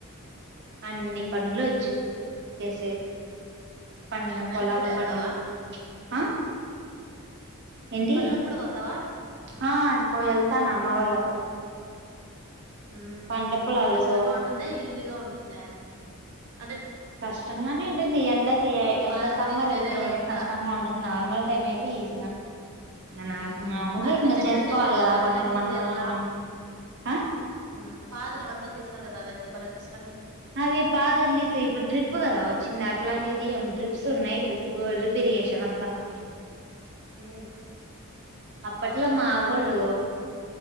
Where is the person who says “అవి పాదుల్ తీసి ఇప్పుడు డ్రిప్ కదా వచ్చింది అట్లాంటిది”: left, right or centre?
Right